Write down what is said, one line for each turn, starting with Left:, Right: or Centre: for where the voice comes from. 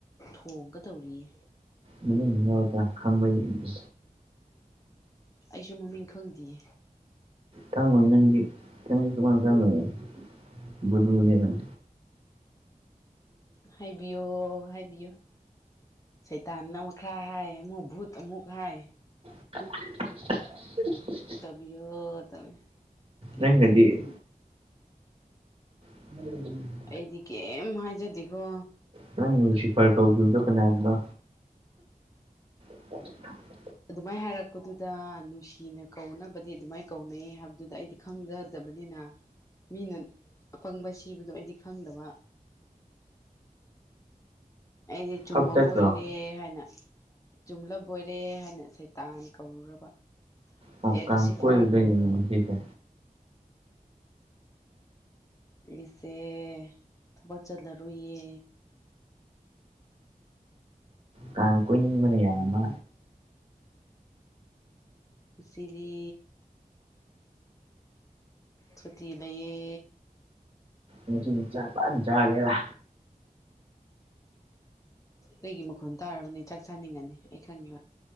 Left: ꯊꯣꯡꯒꯗꯧꯔꯤꯌꯦ
Right: ꯃꯅꯨꯡ <unintelligible> ꯈꯪꯕ꯭ꯔꯥ ꯌꯦꯡꯒꯦ
Left: ꯑꯩꯁꯨ ꯃꯃꯤꯡ ꯈꯪꯗꯤꯌꯦ
Right: ꯈꯪꯉꯣꯏ ꯅꯪꯗꯤ ꯅꯪꯗꯤ ꯁꯨꯈꯪ ꯈꯪꯉꯣꯏꯌꯦ ꯕꯨꯙꯨꯅꯦ ꯅꯪ
Left: ꯍꯥꯏꯕꯤꯌꯣ ꯍꯥꯏꯕꯤꯌꯣ ꯁꯩꯇꯥꯟꯅ ꯑꯃꯨꯛ ꯈꯔ ꯍꯥꯏ ꯑꯃꯨꯛ ꯚꯨꯠ ꯑꯃꯨꯛ ꯍꯥꯏ
Right: <inaudible>
Left: ꯇꯝꯕꯤꯌꯣ ꯇꯝꯕꯤ ꯀꯩꯝ
Right: ꯅꯪꯅꯗꯤ
Left: ꯀꯥꯏꯖꯗꯦ
Right: <unintelligible>
Left: ꯑꯩꯗꯤ ꯀꯩꯝ ꯍꯥꯏꯖꯗꯦꯀꯣ
Right: ꯅꯪ ꯅꯨꯡꯁꯤꯐꯔ ꯀꯧꯈꯤꯕꯗꯨ ꯀꯅꯥꯗꯅꯣ <unintelligible>
Left: ꯑꯗꯨꯃꯥꯏ ꯍꯥꯏꯔꯛꯄꯗꯨꯗ ꯅꯨꯡꯁꯤꯅ ꯀꯧꯅꯕꯗꯤ ꯑꯗꯨꯃꯥꯏ ꯀꯧꯅꯩ ꯍꯥꯏꯕꯗꯨꯗ ꯑꯩꯗꯤ ꯈꯪꯖꯗꯕꯅꯤꯅ ꯃꯤꯅ ꯑꯄꯪꯕ ꯁꯤꯕꯗꯣ ꯑꯩꯗꯤ ꯈꯪꯗꯕ ꯑꯩꯗꯤ ꯆꯨꯝꯃꯥ
Right: ꯐꯛ ꯆꯠꯇ꯭ꯔꯣ
Left: ꯕꫭꯏꯅꯦ ꯍꯥꯏꯅ ꯆꯨꯝꯂꯕꯣꯏꯔꯦ ꯍꯥꯏꯅ ꯁꯩꯇꯥꯟ ꯀꯧꯔꯨꯔꯕ
Right: ꯀꯥꯡ
Left: ꯑꯦ ꯂꯨꯁꯤꯐꯔ
Right: ꯀꯣꯏꯔꯨꯗꯣꯏꯅꯤꯅꯦ
Left: ꯀꯧꯔꯨꯔꯕ
Right: ꯉꯁꯤꯁꯦ
Left: ꯏꯁꯦ ꯊꯕꯛ ꯆꯠꯂꯔꯣꯏꯌꯦ
Right: ꯀꯥꯡ ꯀꯣꯏꯅꯤꯡꯕꯅ ꯌꯥꯏ ꯃꯥ
Left: ꯉꯁꯤꯗꯤ ꯁꯨꯇꯤ ꯂꯩꯌꯦ
Right: ꯉꯁꯤꯗꯤ ꯆꯥꯛ ꯐꯟ ꯆꯥꯒꯦꯔꯥ
Left: ꯑꯩꯒꯤ ꯃꯈꯣꯟ ꯇꯥꯔꯕꯅꯦ ꯆꯥꯛ ꯆꯥꯅꯤꯡꯉꯅꯤ ꯑꯩ ꯈꯪꯉꯦꯕ